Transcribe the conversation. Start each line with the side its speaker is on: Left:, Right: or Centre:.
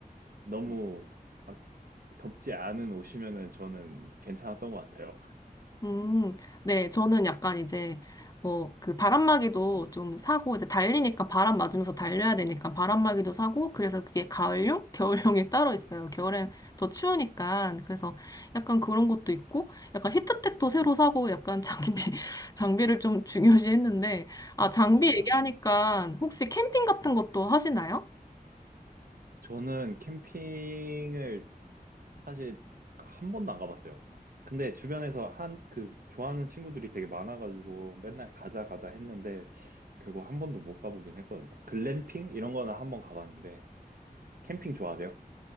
Right: 너무 막 덥지 않은 옷이면은 저는 괜찮았던 것 같아요.
Left: 음, 네. 저는 약간 이제, 뭐, 그 바람막이도 좀 사고, 이제 달리니까 바람 맞으면서 달려야 되니까 바람막이도 사고, 그래서 그게 가을용? 겨울용이 따로 있어요. 겨울엔 더 추우니까. 그래서 약간 그런 것도 있고, 약간 히트텍도 새로 사고, 약간 장비, <laughs> 장비를 좀 중요시 했는데, 아, 장비
Right: 아,
Left: 얘기하니까 혹시 캠핑 같은 것도 하시나요?
Right: 저는 캠핑을 사실 한 번도 안 가봤어요. 근데 주변에서 한, 그, 좋아하는 친구들이 되게 많아가지고 맨날 가자, 가자 했는데 결국 한 번도 못 가보긴 했거든요. 글램핑? 이런 거는 한 번 가봤는데 캠핑 좋아하세요?